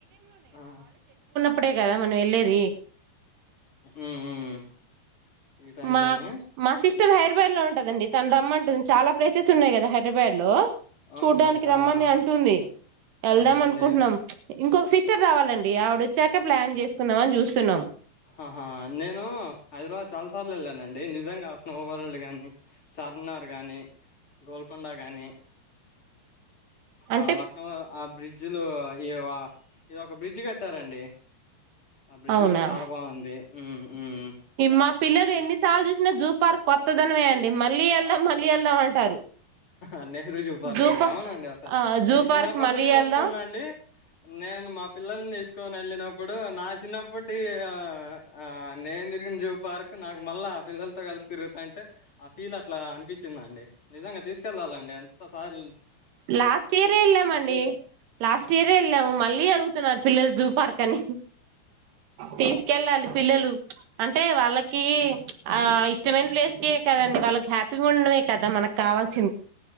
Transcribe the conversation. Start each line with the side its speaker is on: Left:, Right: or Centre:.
Left: అ
Right: ఇప్పుడే కదా మనం వెళ్ళేది
Left: ఉమ్ ఉమ్ ఈ టైమ్
Right: మా
Left: లోనే
Right: అ మాసి ఇక్కడ హైదరాబాద్ లో ఉంటదండి తను రమ్మంటుంది చాలా ప్లేసెస్ ఉన్నాయి కదా హైడ్రాబాద్ లో
Left: అవునండి
Right: చూడ్డానికి రమ్మని
Left: ఆ ఆ!
Right: అంటుంది వెళ్దాం
Left: ఆహా
Right: అనుకుంటున్నాం
Left: నే
Right: ఇంకొక సిస్ ఇకర్ <unintelligible> రావాలండి ఆవిడ వచ్చాక ప్లాన్ చేసుకుందాం అని చూస్తున్నాం
Left: ఆహా నేను హైదరాబాద్ చాలా సార్లు వెళ్ళానండి నిజంగా స్నో వరల్డ్ కానీ చార్మినార్ కానీ గోల్కొండ కానీ
Right: అంటే
Left: ఆ లక్నో ఆ బ్రిడ్జిలు ఈఓ ఇది ఒక బ్రిడ్జ్ కట్టి కట్టారండీ ఆ బ్రిడ్జ్
Right: అవునా
Left: కూడా చాలా బాగుంది. హ్మ్ హ్మ్
Right: మా పిల్లలు ఎన్ని సార్లు చూసినా జూ పార్క్ కొత్తదనం వేయంండి మళ్ళీ వెళ్ద మళ్ళీ వెళ్దాం అంటారు
Left: అనే హృ జూపార్క్
Right: జూ
Left: అండి
Right: పా
Left: అవునండి అసలు
Right: ఆ జూ
Left: నేను
Right: పార్క్
Left: చిన్నప్పటి
Right: మళ్ళీ
Left: నుంచి చూస్తున్నా
Right: వెళ్దాం
Left: అండి నేను మా పిల్లల్ని తీసుకొని వెళ్ళినప్పుడు నా చిన్నప్పటి ఆ ఆ నేను తిరిగిన జూ పార్క్ నాకు మళ్ళా పిల్లలతో కలిసి తిరుగుత అంటే ఆ ఫీల్ అట్లా అనిపి వచ్చిందండి నిజంగా తీసుకెళ్ళాలండి అంత సార్
Right: లాస్ట్ ఇయరే వెళ్ళామండి లాస్ట్ ఇయరే వెళ్ళాము మళ్ళీ అడుగుతున్నారు పిల్లల్ జూ పార్క్ అనీ తీసుకెళ్ళాలి పిల్లలు అంటే వాళ్ళకి ఆ ఇష్టమైన ప్లేస్ కె కదండి వాళ్ళకి హ్యాపీగా ఉండమే కదా మనకు కావాల్సి